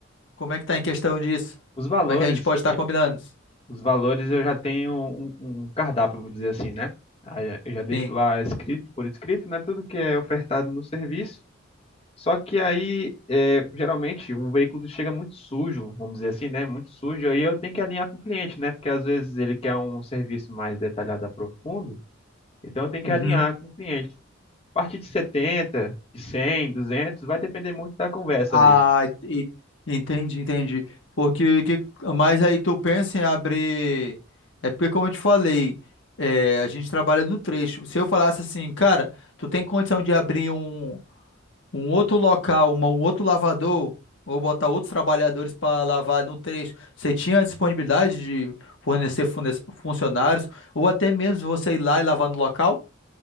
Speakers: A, on the left (about 65°); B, on the left (about 30°).
A: Como é que tá em questão disso?
B: Os valores,
A: Como é que a gente pode estar combinando isso?
B: Os valores eu já tenho um, um um cardápio, vou dizer assim, né? Aí eu já deixo
A: Sim.
B: lá escrito, por escrito, né? Tudo que é ofertado no serviço. Só que aí, é, geralmente, um veículo chega muito sujo, vamos dizer assim, né? Muito sujo. Aí eu tenho que alinhar com o cliente, né? Porque às vezes ele quer um serviço mais detalhado, profundo. Então eu tenho que
A: Uhum.
B: alinhar com o cliente. A partir de 70, de 100, 200, vai depender muito da conversa
A: Ah,
B: ali.
A: e- entendi, entendi. Porque que, mas aí tu pensa em abrir. É porque, como eu te falei, é, a gente trabalha no trecho. Se eu falasse assim, cara, tu tem condição de abrir um, um outro local, uma, um outro lavador, ou botar outros trabalhadores para lavar no trecho, você tinha a disponibilidade de fornecer funde- funcionários, ou até mesmo você ir lá e lavar no local?